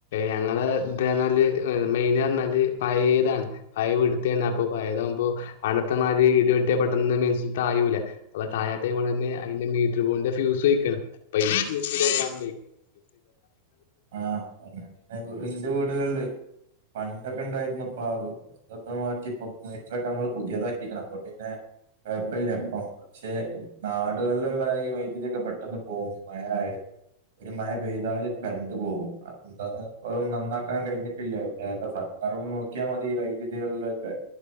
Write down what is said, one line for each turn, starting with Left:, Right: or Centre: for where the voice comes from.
Left: ഞങ്ങളെ ഇത് പറഞ്ഞാല് മെയിന് പറഞ്ഞാല് പയേതാണ് പയ വീട്ടിത്തെ പ്പൊ പയതാകുമ്പോ അന്നത്തെമാതിരി ഇടി വെട്ടിയ പെട്ടെന്ന് മെയിൻ സ്വിച്ച് തായൂല. അപ്പൊ തായാത്തയിമേ തന്നെ അതിന്റെ മീറ്റർ ബോഡിന്റെ ഫ്യൂസ്പോഴിക്കാണ്. <unintelligible>
Right: ആ അദെ ഇന്റെ വീടുകളല് പണ്ടൊക്കെ ഉണ്ടായിരുന്നു ഇപ്പൊ തക്കെമാറ്റി മീറ്ററൊക്കെ നമ്മൾ പുതിയതാക്കിക്ക്ണ് അപ്പോ പിന്നെ കേക്കലില്ലപ്പോ പക്ഷെ നാടുകളിലുള്ള ഈ വൈദ്യുതിയൊക്കെ പെട്ടന്ന് പോവും മഴ ആയാല്. ഒരു മഴ പെയ്താല് കരണ്ട് പോകും അപ്പോ എന്താന്ന് ഒന്ന് നന്നാക്കാൻ കഴിഞ്ഞിട്ടില്ല സർക്കാരൊന്ന് നോക്കിയാൽ മതി വൈ രീതികളിലൊക്കെ